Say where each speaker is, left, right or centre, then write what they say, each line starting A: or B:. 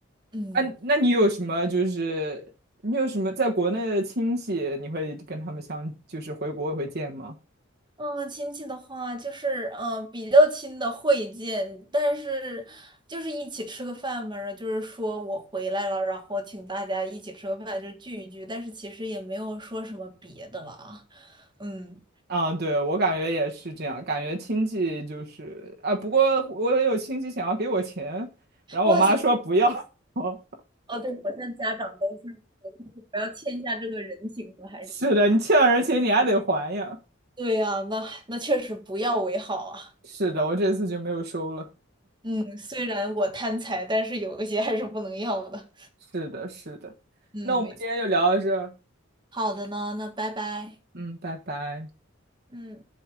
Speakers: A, on the right; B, on the right.
A: 嗯。
B: 啊，那你有什么就是你有什么在国内的亲戚，你会跟他们相，就是回国会见吗？
A: 嗯，亲戚的话就是，嗯，比较亲的会见，但是就是一起吃个饭嘛，然后就是说我回来了，然后请大家一起吃个饭，就聚一聚，但是其实也没有说什么别的了啊。嗯，
B: 啊，对，我感觉也是这样，感觉亲戚就是啊，不过我也有亲戚想要给我钱，然后我妈说不要。
A: 哇塞，
B: <laughs>
A: 哦，对，好像家长都是，就是不要欠下这个人情了，还是。
B: 是的，你欠了人钱，你还得还呀。
A: 对呀，那那确实不要为好啊。
B: 是的，我这次就没有收了。
A: 嗯，虽然我贪财，但是有一些还是不能要的。
B: 是的，是的。
A: 嗯，
B: 那我们今天就聊到这儿
A: 没错。好的呢，那拜拜。
B: 嗯，拜拜。
A: 嗯。